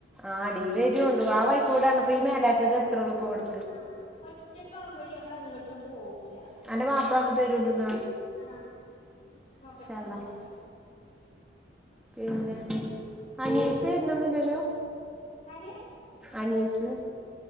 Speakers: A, in the centre; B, on the left.
A: ആഹ് ടി വര്യോണ്ട് വാ വൈക്കൂട അന്നപ്പോ ഈ മേലാറ്റൂര്ന്ന് എത്രോളപ്പോട്
B: ആഹ് ഒറ്റക്കാവുമ്പെടി നമ്മളെങ്ങട്ടും പോകൂല.
A: എൻ്റെ മാപ്പിള വന്നിട്ട് വരുന്നുണ്ടെന്നാ
B: ആഹ് നോക്കട്ടെ
A: ഇൻശാഅള്ളാഹ്‌
B: ഇൻഷാ അള്ളാ
A: പിന്നെ അനീസ് വെര്ണെന്നുല്ലല്ലോ?
B: ആര്?
A: അനീസ്